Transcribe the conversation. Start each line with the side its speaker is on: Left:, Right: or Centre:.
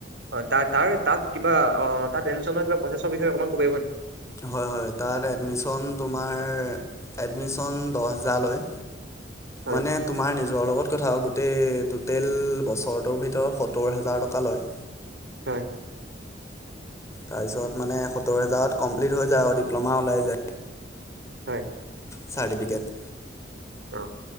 Right: হয়। তাৰ-তাৰ তাত কিবা অহ, তাত এডমিশ্যন লোৱা কিবা প্ৰচেছৰ বিষয়ে অকণমান ক'ব পাৰিব নেকি?
Left: হয়, হয়। তাত এডমিশ্যন তোমাৰ, এডমিশ্যন দহ হেজাৰ লয়।
Right: হয়
Left: মানে তোমাৰ নিজৰ লগত কথা আৰু গোটেই টোটেল বছৰটোৰ ভিতৰত সত্তৰ হেজাৰ টকা লয়।
Right: হয়।
Left: তাৰপিছত, মানে সত্তৰ হাজাৰত কমপ্লিট হৈ যায় আৰু ডিপ্ল'মা ওলাই যায়।
Right: হয়।
Left: চাৰ্টিফিকেট
Right: অ